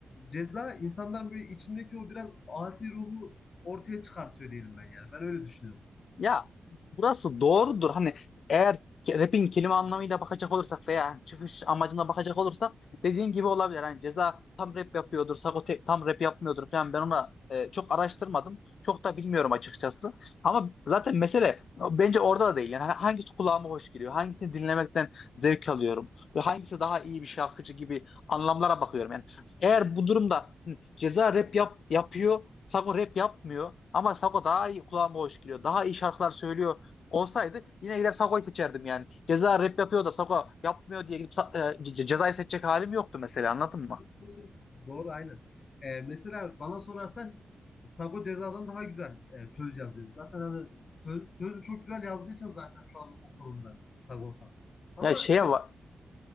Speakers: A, on the left; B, on the left.
A: ceza insanların böyle içindeki o biraz asi ruhu ortaya çıkartıyor diyelim ben yani. Ben öyle düşünüyorum.
B: Ya burası doğrudur. Hani eğer ke- rap'in kelime anlamıyla bakacak olursak veya hani çıkış amacına bakacak olursak dediğin gibi olabilir. Hani Ceza tam rap yapıyordur, Sago tam rap yapmıyordur falan. Ben ona e, çok araştırmadım. Çok da bilmiyorum açıkçası. Ama zaten mesele bence orada da değil. Yani hani hangisi kulağıma hoş geliyor? Hangisini dinlemekten zevk alıyorum? Ve hangisi daha iyi bir şarkıcı gibi anlamlara bakıyorum. Yani eğer bu durumda hani Ceza rap yap, yapıyor. Sago rap yapmıyor. Ama Sago daha iyi kulağıma hoş geliyor. Daha iyi şarkılar söylüyor olsaydı yine gider Sago'yu seçerdim yani. Ceza rap yapıyor da Sago yapmıyor diye gidip Sa- e, Ce- cezayı seçecek halim yoktu mesela anladın mı?
A: Mesela- Doğru aynen. Ee, mesela bana sorarsan Sago Ceza'dan daha güzel e, söz yazıyor. Zaten hani söz, sözü çok güzel yazdığı için zaten şu an o konumda Sagopa. Ama
B: Ya şeye
A: işte
B: va-